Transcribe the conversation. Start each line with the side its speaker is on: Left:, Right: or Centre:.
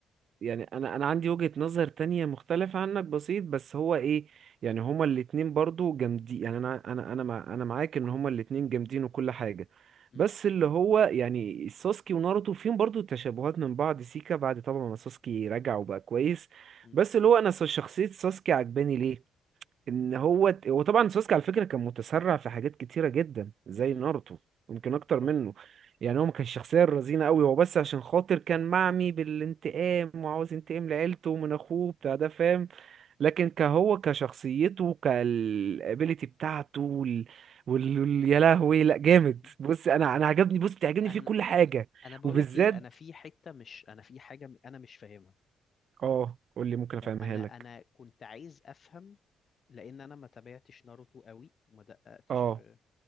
Right: يعني انا انا عندي وجهة نظر تانية مختلفة عنك بسيط بس هو ايه يعني هما الاتنين برضو جامدين يعني انا انا انا مع... انا معاك ان هما الاتنين جامدين وكل حاجة
Left: م-
Right: بس اللي هو يعني ساسكي وناروتو فيهم برضو تشابهات من بعض سيكا بعد طبعا ما ساسكي رجع وبقى كويس
Left: م-
Right: بس اللي هو انا شخصية ساسكي عجباني ليه ان هو هو طبعا سوسكي على فكره كان متسرع في حاجات كتيره جدا زي
Left: م.
Right: ناروتو يمكن اكتر
Left: اه
Right: منه يعني هو ما كانش شخصيه رزينه قوي هو بس عشان خاطر كان معمي بالانتقام وعاوز ينتقم لعيلته ومن اخوه بتاع ده فاهم لكن كهو كشخصيته كالابيليتي بتاعته وال... وال... وال... يا لهوي لا جامد
Left: <laughs>
Right: بص انا انا عجبني بص بتعجبني
Left: انا
Right: فيه كل حاجه
Left: انا بقول
Right: وبالذات
Left: لك ايه انا في حته مش انا في حاجه م- انا مش فاهمها
Right: اه قول لي ممكن افهمها
Left: انا
Right: لك
Left: انا كنت عايز افهم لان انا ما تابعتش ناروتو قوي وما دققتش
Right: اه
Left: في